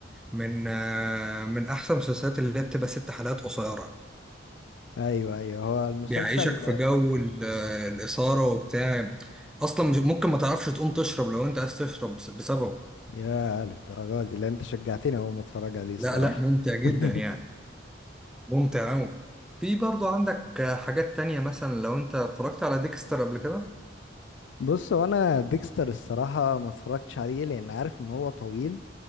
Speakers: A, in the centre; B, on the left (about 75°).
A: من آه، من احسن المسلسلات اللي هي بتبقى ست حلقات قصيرة
B: ايوه ايوه هو المسلسل
A: بيعيشك في جو ال- الإثارة وبتاع أصلا مش- ممكن ما تعرفش تقوم تشرب لو أنت عايز تشرب بس- بسببه
B: يا للدرجه دي لا انت شجعتني اهو ما اتفرج عليه الصراحه
A: لا لا مم. ممتع جدا
B: <laughs>
A: يعني ممتع أوي في برضو عندك حاجات تانية مثلا لو أنت اتفرجت على ديكستر قبل كده
B: بص هو انا ديكستر الصراحة ما اتفرجتش عليه لان عارف ان هو طويل